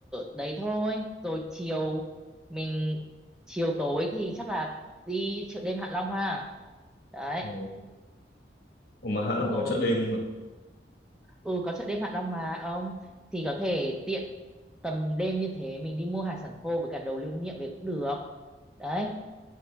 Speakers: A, in the centre; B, on the left (about 55°).
A: đấy thôi rồi chiều mình chiều tối thì chắc là đi chợ đêm Hạ Long ha đấy
B: Ừ. Ủa mà Hạ Long
A: rồi
B: có chợ đêm mà.
A: Ừ có chợ đêm Hạ Long mà ông thì có thể tiện tầm đêm như thế mình đi mua hải sản khô với cả đồ lưu niệm về cũng được đấy